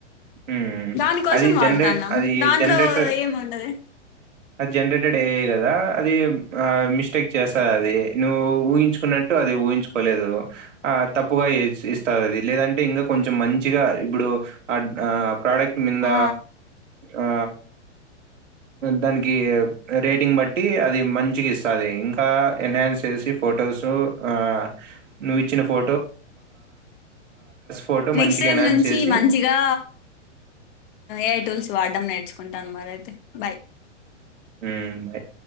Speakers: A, on the right; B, on the left.
A: హ్మ్.
B: దానికోసం
A: అది
B: వాడుతాన్నాం
A: జనరేట్ అది
B: దాంట్లో
A: జనరేటర్
B: ఏమి ఉండదు
A: అది జనరేటెడ్ <unintelligible> కదా అది ఆ మిస్టేక్ చేసా అది నువ్వు ఊహించుకున్నట్టు అది ఊహించుకోలేదు ఆ తప్పుగా ఇస్తది అది లేదంటే ఇంకా కొంచెం మంచిగా ఇప్పుడు ఆ ప్రోడక్ట్ మీంద
B: ఆ
A: ఆ దానికి రేటింగ్ బట్టి అది మంచిగా ఇస్తది ఇంకా ఎన్హాన్స్ చేసి ఫొటోస్ ఆ నువ్వు ఇచ్చిన ఫో ఫోటో
B: నెక్స్ట్
A: మంచిగా
B: టైం
A: ఎన్హాన్స్
B: నుంచి
A: చేసి
B: మంచిగా ఏ టూల్స్ వాడడం నేర్చుకుంటాను మరి అయితే బై
A: మ్మ్ బాయ్